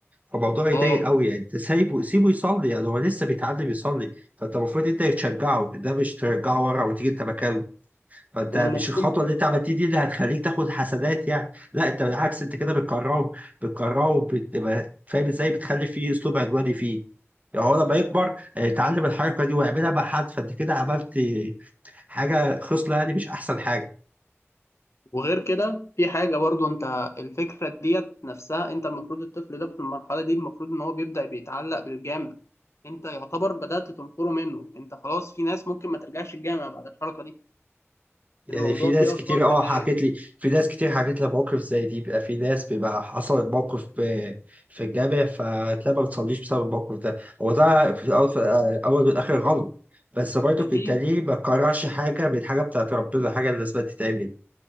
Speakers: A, on the right (about 30°); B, on the left (about 70°).
A: فالموضوع يضايق
B: اه
A: قوي يعني انت سايبه سيبه يصلي يعني هو لسه بيتعلم يصلي فانت المفروض انت تشجعه ده مش ترجعه ورا وتيجي انت مكانه فانت
B: والمفروض
A: مش الخطوه اللي انت عملتيه دي اللي هتخليك تاخد حسنات يعني لا انت بالعكس انت كده بتكرهه بتكرهه بتبقى فاهم ازاي بتخلي فيه اسلوب عدواني فيه يعني هو لما يكبر آه، يتعلم الحركه دي ويعملها مع حد فانت كده عملت حاجه خصله يعني مش احسن حاجه
B: وغير كده في حاجة برضو انت الفكرة ديت نفسها انت المفروض الطفل ده في المرحلة دي المفروض ان هو بيبدأ بيتعلق بالجامع انت يعتبر بدأت تنقره منه انت خلاص في ناس ممكن ما ترجعش الجامع بعد الحركة دي
A: يعني
B: الموضوع
A: في ناس
B: فيه
A: كتير
B: اطفال
A: اه
B: بت...
A: حكت لي في ناس كتير حكت لي مواقف زي دي بيبقى في ناس بيبقى حصلت موقف في في الجامع فتلاقي ما بتصليش بسبب الموقف ده هو ده في الاول في الاول والاخر غلط بس برضو
B: اكيد
A: انت ليه ما تكرهش حاجه من حاجه بتاعت ربنا حاجه لازم تتعمل